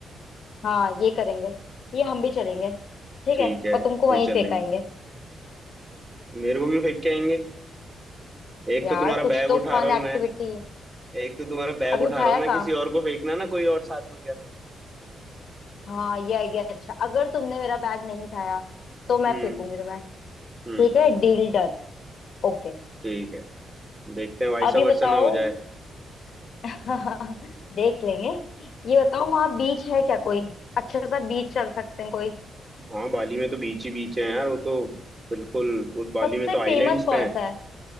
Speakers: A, on the left; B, on the right.
A: हाँ ये करेंगे ये हम भी चलेंगे ठीक
B: ठीक
A: है
B: है
A: और तुमको वहीं
B: ये चल
A: फेंकाएंगे
B: लेंगे मेरे को भी फेंक के आएंगे एक
A: यार
B: तो तुम्हारा
A: कुछ
B: बैग
A: तो
B: उठा
A: फन
B: रहा हूँ
A: एक्टिविटी
B: मैं एक तो तुम्हारा बैग
A: अभी
B: उठा
A: उठाया
B: रहा हूँ मैं
A: कहाँ
B: किसी और को फेंकना ना कोई और साथ में गया तो
A: हाँ ये आइडिया अच्छा अगर तुमने मेरा बैग नहीं उठाया तो मैं
B: हम्म
A: फेंकूंगी तुम्हें
B: हम्म
A: ठीक है डील डन ओके
B: ठीक है देखते हैं वैसा
A: अब ये
B: वर्षा
A: बताओ
B: ना हो जाए
A: <laughs> देख लेंगे ये बताओ वहाँ बीच है क्या कोई अच्छा सा बीच चल सकते हैं कोई
B: हाँ बाली में तो बीच ही बीच है यार वो तो बिल्कुल उस बाली
A: सबसे
B: में तो आइलैंड्स
A: फेमस कौन
B: पे हैं
A: सा है